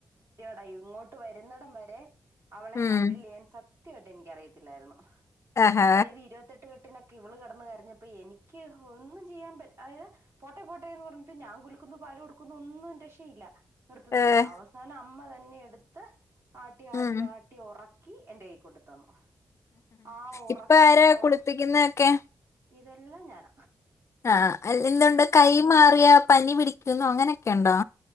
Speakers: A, on the right; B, on the left.
A: ട ഇങ്ങോട്ട് വരുന്നടം വരെ അവളെ
B: ഉം
A: ഹാൻഡിലെയ്യാൻ കൊർ കൃത്യമായിട്ട് എനിക്കറിയത്തില്ലായിര്ന്നു
B: ആഹാ
A: അതായത് ഇരുപത്തട്ട് ട്ട്കെട്ടിനൊക്കെ ഇവള് കെട്ന്ന് കരഞ്ഞപ്പോ എനിക്ക് ഒന്നും ചെയ്യാൻ പറ്റ് അയയ പോട്ടെ പോട്ടേന്ന് പർഞ്ഞിട്ട് ഞാൻ കുലുക്കുന്നു പാല് കൊടുക്കുന്നു ഒന്നും രക്ഷയില്ല നിർത്തുന്നില്ല
B: ഏഹ്
A: അവസാനം അമ്മ വ തന്നെ എടുത്ത് ആട്ടി ആട്ടി
B: ഉം
A: ആട്ടി ഉറ കീ എന്റെ കയ് കൊണ്ട് തന്നു ആ ഉറക്ക
B: ഇപ്പൊര
A: ഉറ
B: കുളിപ്പിക്കുന്നെ കേ
A: ഇതെല്ലാം ഞാന
B: ആഹ അല്ൽ എന്തുണ്ട് കൈ മാറിയ പനി പിടിക്കുന്നു അങ്ങനെയൊക്കെണ്ടോ